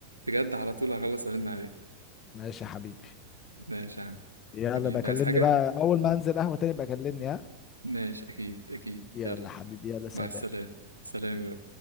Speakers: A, on the right (about 85°); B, on the left (about 30°).
A: بجد على طول هخلص ارن عليك
B: ماشي يا حبيبي
A: ماشي يا عم
B: يلا
A: حبيبي
B: بكلمني
A: عايز حاجة؟
B: بقى اول ما انزل قهوة تاني بكلمني ها
A: ماشي اكيد اكيد
B: يلا
A: يلا
B: حبيبي يلا سلام
A: مع السلامة سلام يا